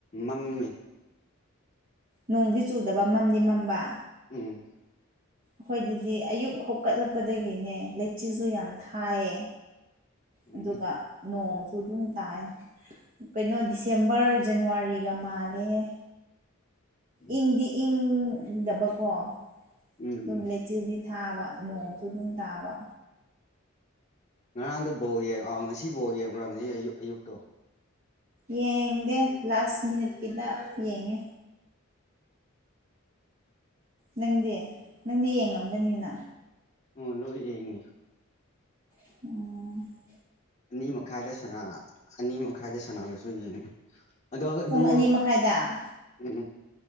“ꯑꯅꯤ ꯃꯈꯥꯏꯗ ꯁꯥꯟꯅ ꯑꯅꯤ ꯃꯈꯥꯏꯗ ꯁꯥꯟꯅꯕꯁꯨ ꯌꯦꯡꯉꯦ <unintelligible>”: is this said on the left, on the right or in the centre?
Left